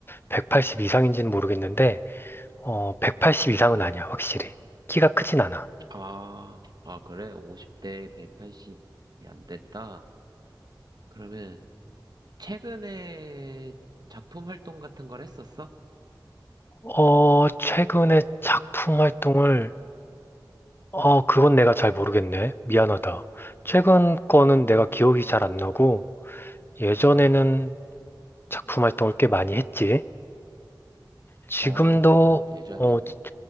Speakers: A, on the left (about 30°); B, on the right (about 55°).
A: 180 이상인지는 모르겠는데, 어, 180 이상은 아니야, 확실히. 키가 크진 않아.
B: 아, 아 그래? 50대 180이 안 된다. 그러면 최근에 작품 활동 같은 걸 했었어?
A: 어, 최근에 작품 활동을, 어, 그건 내가 잘 모르겠네. 미안하다. 최근 거는 내가 기억이 잘 안 나고, 예전에는 작품 활동을 꽤 많이 했지. 지금도,
B: 어, 그래? 예전에는.
A: 어, 지-